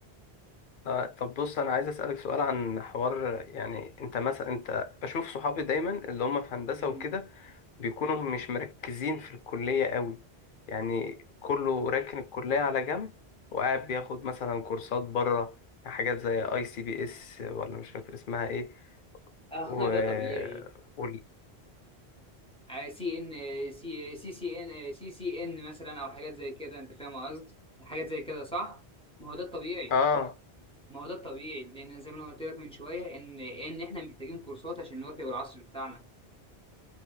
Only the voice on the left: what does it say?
آه، طب بص انا عايز اسالك سؤال عن حوار يعني انت مثلا انت بشوف صحابي دايما اللي هم في هندسه
وكده بيكونوا مش مركزين في الكليه قوي يعني كله راكن الكليه على جنب وقاعد بياخد مثلا كورسات بره حاجات زي اي سي بي اس ولا مش فاكر اسمها ايه
و...
وال...
اه